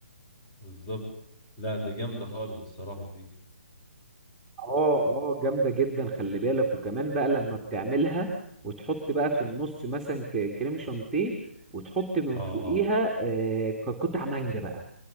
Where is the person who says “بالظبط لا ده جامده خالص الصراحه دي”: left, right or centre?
Left